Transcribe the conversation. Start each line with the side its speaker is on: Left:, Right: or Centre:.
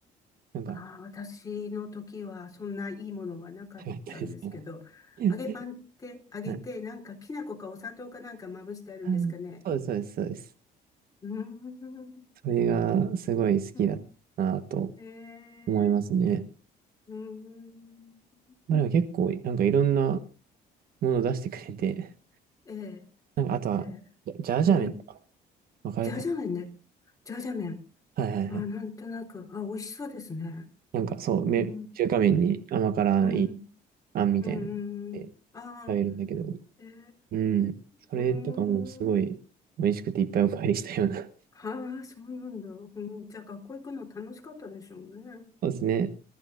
Right: なんか、
Left: あ、
Right: よ
Left: 私の時はそんないいものはなかったんですけど、
Right: かったですね。<laughs>
Left: 揚げパンって揚げて、
Right: はい。
Left: なんかきな粉かお砂糖かなんかまぶしてあるんですかね。
Right: あーそうです、そうです、そうです。
Left: うーん。
Right: それがすごい好きだったなと
Left: うん。えー、
Right: 思いますね。
Left: うーん。
Right: まあ、でも結構、なんかいろんなもの出してくれて、
Left: えー、
Right: なんかあとは、
Left: えー、
Right: ジャージャー麺とか、
Left: うん。
Right: わかるか
Left: ジャージャー麺ね。ジャージャー麺。
Right: なはいはいはい。
Left: あ、なんとなく、あ、美味しそうですね。
Right: なんかそう、
Left: うん、
Right: め、中華麺に甘辛い
Left: うん、
Right: あんみたいなので
Left: うん、うん。ああ、
Right: 食べるんだけど、
Left: ええ
Right: うん。それとかもすごい美味しくていっぱいおかわりしたような。
Left: うん。はあ、そうなんだ。うん、じゃあ、学校行くの楽しかったでしょうね。
Right: <laughs> そうですね。